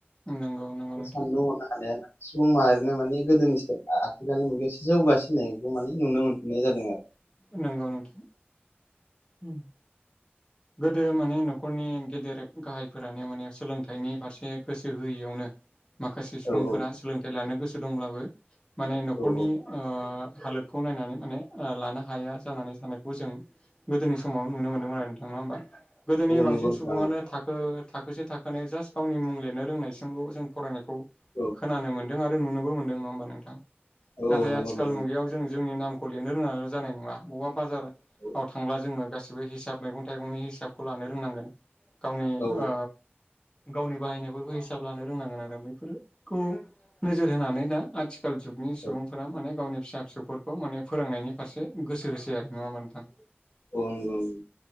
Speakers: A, on the left; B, on the left.
A: नंगौ नंगौ नोंथां
B: साननो होनो हानायानो सुबुं माहारिनो माने गोदोनि साइ आथिखालनि मुगायाव जौगासिननायखौ माने नुनो मोनफिननाय जादों आरो
A: नंगौ नोंथां उम गोदो माने नखरनि गेदेर गाहायफोरानो माने सोलोंथाइनि फारसे गोसो होयैयावनो माखासे सुबुंफोरा
B: औ औ
A: सोलोंथाइ लानो गोसो दंब्लाबो माने नखरनि
B: औ
A: ओ हालोदखौ नायनानै माने ओ लानो हाया जानानै साननायखौ जों गोदोनि समाव नुनो मोन्दों आरो नङा होमबा गोदोनि
B: औ
A: बांसिन
B: नंगौ नोंथां
A: सुबुङानो
B: औ
A: थाखो थाखोसे थाखोनै जास्ट गावनि मुं लिरनो रोंनायसिमल' जों फरायनायखौ
B: औ
A: खोनानो मोन दों आरो नुनोबो मोनदों नङा होनबा नोंथां
B: औ
A: आरो
B: नंगौ
A: आथिखाल
B: नंगौ
A: मुगायाव जों जोंनि नामखौ लिरनो रोंनानैल' जानाय नङा बबेबा बाजाराव
B: औ
A: थांब्ला जोङो गासिबो हिसाब मैगं थाइगंनि हिसाबखौ लानो रोंनांगोन गावनि
B: औ
A: ओ गावनि बाहायनायफोरखौ हिसाब लानो रोंनांगोन आरो बेैफोरखौ नोजोर होनानै दा आथिख आथिखाल जुगनि सुबुंफोरा
B: औ
A: माने गावनि फिसा फिसौफोरखौ माने फोरोंनायनि फारसे गोसो होस <unintelligible> नङा होनबा नोंथां
B: औ नंगौ नंगौ